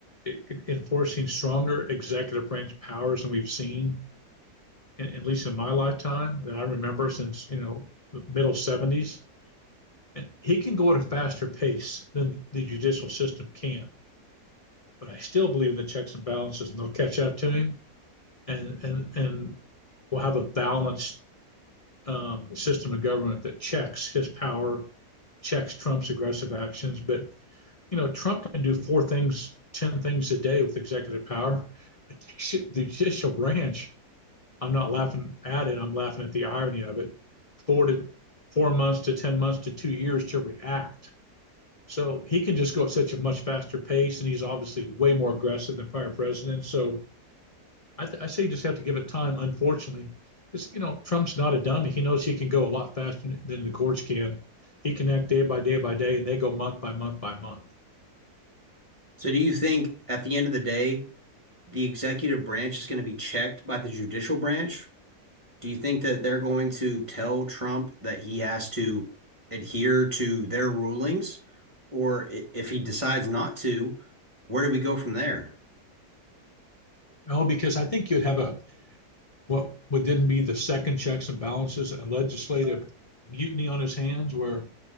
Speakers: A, on the left; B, on the right.
A: e- enforcing stronger executive branch powers than we've seen, at least in my lifetime, that I remember since you know the middle '70s. And he can go at a faster pace than the judicial system can. But I still believe in the checks and balances, and they'll catch up to him. and and and we'll have a balanced um, system of government that checks his power, checks Trump's aggressive actions. But you know, Trump can do four things, ten things a day with executive power. The judicial branch. I'm not laughing at it. I'm laughing at the irony of it. Four to four months to ten months to two years to react. So he can just go at such a much faster pace, and he's obviously way more aggressive than prior presidents. So I, th- I say you just have to give it time. Unfortunately, it's you know Trump's not a dummy. He knows he can go a lot faster than the courts can. He can act day by day by day, and they go month by month by month.
B: So do you think at the end of the day, the executive branch is going to be checked by the judicial branch Do you think that they're going to tell Trump that he has to adhere to their rulings? Or i- if he decides not to, where do we go from there?
A: No, because I think you'd have a what would then be the second checks and balances, a legislative mutiny on his hands, where